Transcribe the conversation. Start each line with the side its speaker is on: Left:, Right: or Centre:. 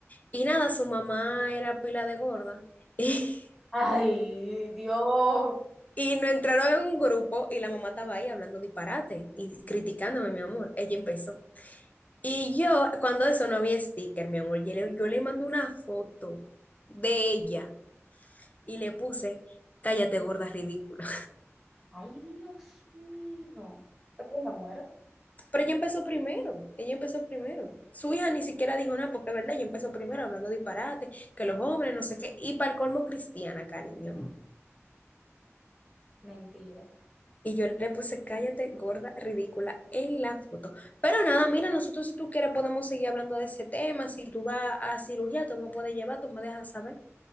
Left: Y nada, su mamá era pila de gorda. <laughs> Y,
Centre: Ay, Dios.
Left: y nos entraron en un grupo y la mamá estaba ahí hablando disparate y criticándome, mi amor. Ella empezó. Y yo, cuando eso no había sticker, mi amor, yo le, yo le mandé una foto de ella y le puse, cállate, gorda ridícula.
Centre: Ay, Dios mío. Pero yo me muero.
Left: Pero ella empezó primero, ella empezó primero. Su hija ni siquiera dijo nada, porque es verdad, ella empezó primero hablando disparate, que los jóvenes, no sé qué, y para el colmo cristiana, cariño.
Centre: Mentira.
Left: Y yo le puse, cállate, gorda, ridícula, en la foto. Pero nada, mira, nosotros si tú quieres podemos seguir hablando de ese tema, si tú vas a cirugía, tú me puedes llevar, tú me dejas saber.